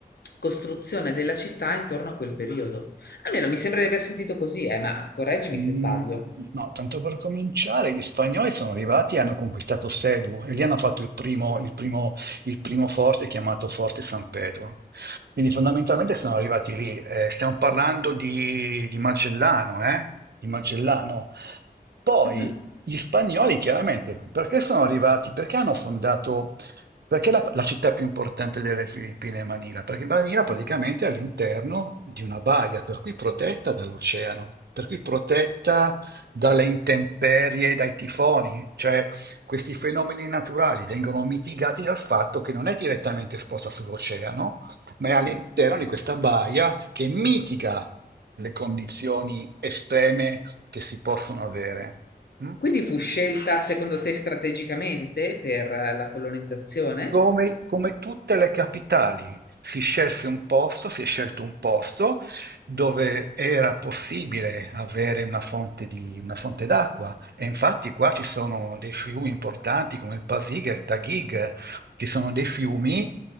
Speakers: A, on the left; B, on the right.
A: costruzione della città intorno a quel periodo. Almeno mi sembra di aver sentito così, eh, ma correggimi
B: Mm,
A: se sbaglio.
B: no, tanto per cominciare, gli spagnoli sono arrivati e hanno conquistato Cebu e lì hanno fatto il primo, il primo- il primo forte chiamato Forte San Pedro. Quindi fondamentalmente sono arrivati lì. Eh, stiamo parlando di, di Magellano, eh? Di Magellano. Poi
A: Mhm.
B: gli spagnoli, chiaramente, perché sono arrivati? Perché hanno fondato. Perché la, la città più importante delle Filippine è Manila? Perché Manila praticamente è all'interno di una baia, per cui protetta dall'oceano, per cui protetta dalle intemperie, dai tifoni, cioè questi fenomeni naturali vengono mitigati dal fatto che non è direttamente esposta sull'oceano, ma è all'interno di questa baia che mitiga le condizioni estreme che si possono avere. Mm?
A: Quindi fu scelta secondo te strategicamente per eh, la colonizzazione?
B: Come, come tutte le capitali, si scelse un posto, si è scelto un posto dove era possibile avere una fonte di- una fonte d'acqua. E infatti qua ci sono dei fiumi importanti come il Pasig e il Tagig, ci sono dei fiumi